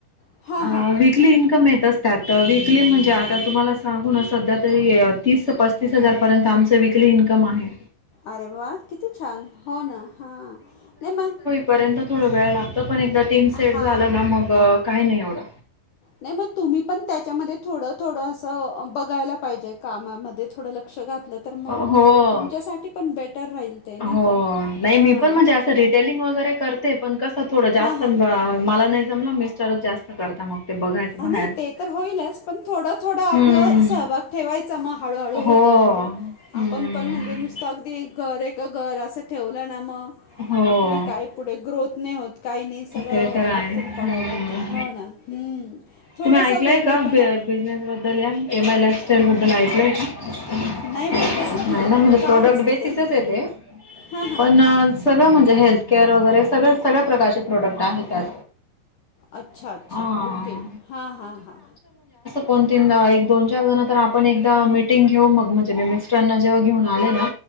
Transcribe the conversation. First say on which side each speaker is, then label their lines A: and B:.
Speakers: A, on the left; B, on the left.
A: हां
B: अ वीकली इन्कम येत असतं त्यात वीकली म्हणजे? आता तुम्हाला सांगू ना सध्या तरी तीस ते पस्तीस हजार पर्यंत आमचं वीकली इन्कम आहे.
A: अरे वा किती छान हो ना हा नाही मंग.
B: पर्यंत थोड वेळ लागतं, पण एकदा टीम सेट
A: हां
B: झालं ना मग काही नाही एवढं.
A: नाही म तुम्ही पण त्याच्यामध्ये थोडं थोडं असं बघायला पाहिजे, कामामध्ये थोडं लक्ष घातलं तर म
B: हो.
A: तुमच्यासाठी पण बेटर राहील. ते नाही
B: हो
A: का
B: नाही
A: हां
B: मी पण म्हणजे असं रिटेलिंग वगैरे करते, पण कसं थोडं जास
A: हां
B: त माला नाही जमलं मिस्टरच जास्त करता मग ते बघायचं बाहेर.
A: अ नाही ते तर होईलच पण थोडं थोडं आपल
B: हम्म.
A: सहभाग. ठेवायचा म हळूहळू
B: हो.
A: होतं म्हणजे, आपण
B: हम्म.
A: पण म्हणजे नुस त अगदी घर एक घर असं ठेवलं ना म
B: हो
A: आपली काय पुढे ग्रोथ नही होत. काही नाही सगळं
B: ते तर आहे.
A: आटकून पडायला
B: हम्म.
A: होतं हो ना! हूं थोडंस
B: तुम्ही ऐकलंय
A: वेगळेपणा!
B: का बिझनेस बद्दल या, एम आय लाईफस्टाईल बद्दल ऐकलंय का? हा
A: नाही बा कसलं बिझ
B: ना म्हणजे
A: काय
B: प्रोडक्ट
A: असतं
B: बेसिसच आहेे ते
A: हां हां
B: पण सगळं म्हणजे हेल्थकेअर वगैरे सगळं सगळं प्रकारचे प्रोडक्ट आहेत त्यात.
A: अच्छा
B: हा.
A: अच्छा ओके हां हां हां!
B: दोन तीनदा, एक दोन चार जण तर आपण एकदा मिटिंग घेऊ, मग म्हणजे मी मिस्टरना जेव्हा घेऊन आले ना!